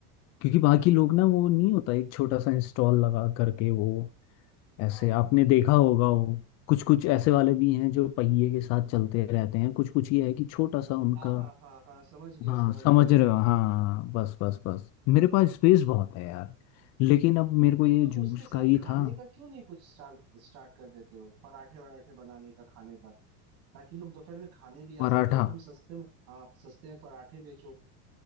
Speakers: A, on the left (about 35°); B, on the right (about 85°).
A: क्योंकि बाकी लोग ना वो नहीं होता एक छोटा सा इंस्टॉल लगा करके वो ऐसे
B: हाँ हाँ
A: आपने देखा होगा वो कुछ कुछ ऐसे वाले भी हैं जो पहिए के साथ चलते रहते हैं कुछ कुछ ये है कि छोटा सा उनका
B: हाँ हाँ हाँ हाँ समझ गया
A: हाँ
B: समझ
A: समझ
B: गया
A: रहे हो हाँ हाँ, हाँ, बस बस बस मेरे पास स्पेस बहुत है यार लेकिन अब मेरे
B: तो फिर
A: को ये
B: तुम
A: जूस
B: उसके साथ
A: का ही
B: खाने
A: था
B: का क्यों नहीं कुछ स्टार्ट स्टार्ट कर देते हो पराठे वराठे बनाने का खाने का ताकि लोग दोपहर में खाने भी
A: पराठा
B: आ सके तुम सस्ते में हाँ सस्ते में पराठे बेचो